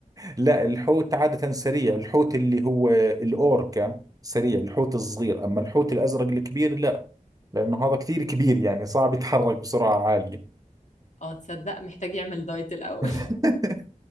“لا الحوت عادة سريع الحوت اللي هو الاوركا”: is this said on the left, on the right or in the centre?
Right